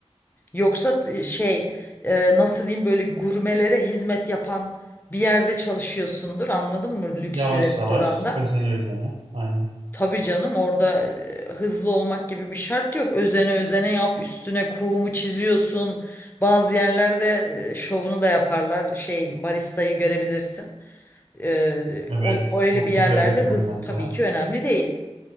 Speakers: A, on the left; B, on the right.
A: Yoksa e, şey e, nasıl diyeyim böyle gurmelere hizmet yapan bir yerde çalışıyorsundur anladın mı? Lüks
B: Yavaş
A: bir restoranda.
B: yavaş, özene özene. Aynen.
A: Tabii canım orada e, hızlı olmak gibi bir şart yok. Özene özene yap, üstüne kuğumu çiziyorsun. Bazı yerlerde e, şovunu da yaparlar. Şey baristayı görebilirsin. Ee,
B: Evet,
A: o, öyle
B: çok
A: bir yerlerde
B: güzel desenler
A: hız tabii
B: falan.
A: ki önemli değil.